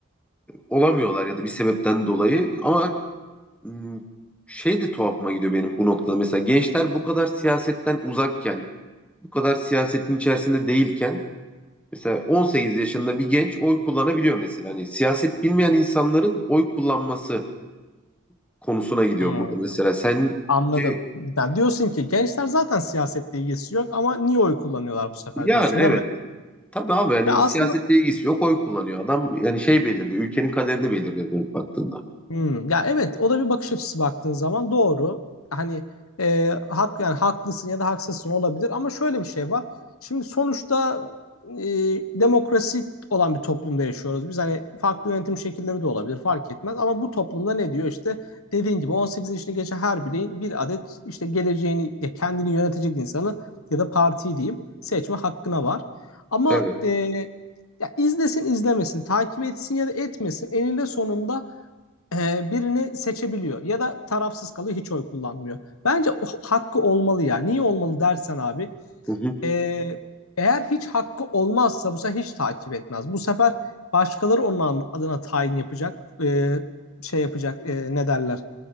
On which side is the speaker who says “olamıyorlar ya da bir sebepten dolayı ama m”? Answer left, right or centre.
Centre